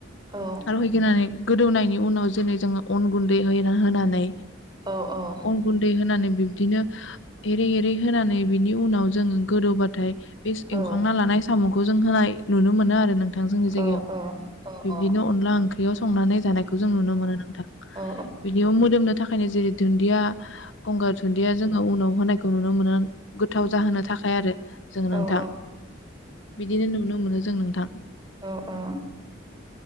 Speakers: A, on the right (about 20°); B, on the left (about 65°).
A: औ
B: आरो हैगोनानै गोदोहोनायनि उनाव जेनै जोङो अन गुन्दै हैना होनानै।
A: औ औ
B: अन गुन्दै होनानै। बिब्दिनो एरै एरै होनानै बिनि उनाव जों गोदौबाथाय। बेस
A: औ
B: एवखांना लानाय साम' खौ जों होनाय नुनो मोनो आरो। नोंथां जोंनि जायगायाव।
A: औ औ ओ
B: बिब्दिनो
A: ओ।
B: अनला ओंख्रियाव संनानै जानायखौ जों नुनो मोनो नोंथां।
A: औ
B: बिदियाव मोदोमनो थाखायनो जेरै दुन्दिया गंगार दुन्दिया जोङो उनाव होननायखौ नुनो मोनो। गोथाव जाहोनो थाखाय आरो जों नोंथां।
A: औ
B: बिदिनो नुनो मोनो जों‌। जों नोंथां‌।
A: औ औ।